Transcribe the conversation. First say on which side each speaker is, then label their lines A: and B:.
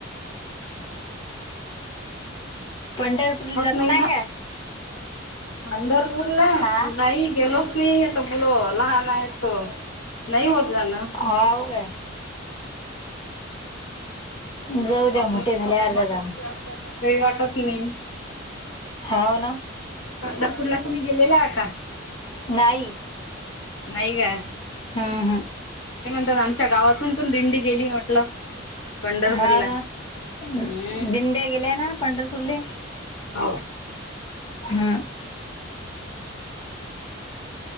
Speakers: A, on the left; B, on the left.
A: पंढरपूरली
B: होत
A: जात
B: ना
A: नाही का.
B: पंढरपूरला
A: हा
B: नाही गेलोच नाही आता मुलं लहान आहेत. हो नाही होत जा ना.
A: हाव काय
B: ं
A: जाऊ
B: मग
A: द्या मोठे
B: मला
A: झाल्यावर
B: थोड्या मोठे
A: जा जा मग
B: मोठे असल्या तर वेळ वाटत नाही.
A: हा हो ना.
B: पंढरपूरला तुम्ही गेलेला आ का.
A: नाही.
B: नाही का.
A: हम् हम्.
B: आमच्या गावातून पण दिंडी गेली म्हटलं पंढरपूरला
A: हा ना दिंड
B: हम्म
A: गेल्या ना पंढरपूरले
B: हो
A: हा.